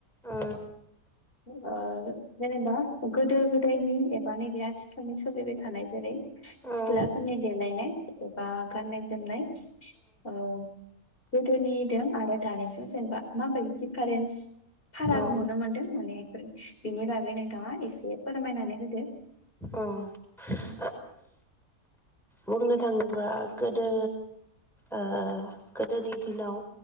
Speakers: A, in the centre; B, on the left (about 40°).
A: औ
B: ओ जेनेबा गोदो गोदायनि एबा नैबे आथिखालनि सोलिबाय थानाय जेरै
A: औ
B: सिख्लाफोरनि देलायनाय एबा गाननाय जोमनाय औ। गोदोनिदों आरो दानिजों जेनेबा माबोरै दिफारेन्स फाराग
A: औ
B: नुनो मोनदों? बेफोर बिनि बागै नोंथाङा एसे फोरमायनानै होदो।
A: अह।
B: <inaudible>
A: बुंनो थाङोब्ला गोदो ओ गोदोनि दिनाव